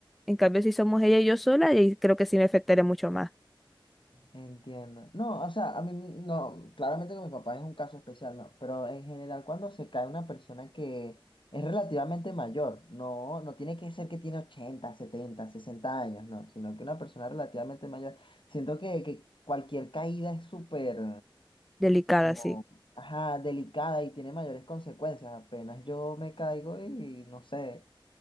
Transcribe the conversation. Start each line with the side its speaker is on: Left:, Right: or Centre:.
Centre: En cambio, si somos ella y yo sola, ahí creo que sí me afectaría mucho más.
Left: Entiendo. No, o sea, a mí no, claramente con mi papá es un caso especial, no, pero en general cuando se cae una persona que es relativamente mayor, no, no tiene que ser que tiene 80 70 60 años, no, sino que una persona relativamente mayor, siento que, que cualquier caída es súper
Centre: Delicada,
Left: como,
Centre: sí.
Left: ajá, delicada y tiene mayores consecuencias. Apenas yo me caigo y no sé,